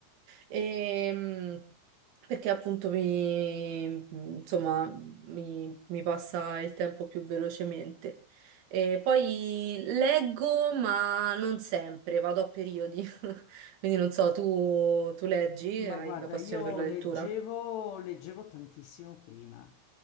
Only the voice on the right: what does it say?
Ehm, perché appunto mi insomma mi, mi passa il tempo più velocemente. E poi leggo ma non sempre, vado a periodi. <laughs> Quindi non so, tu, tu leggi,
hai
la passione
per la
lettura?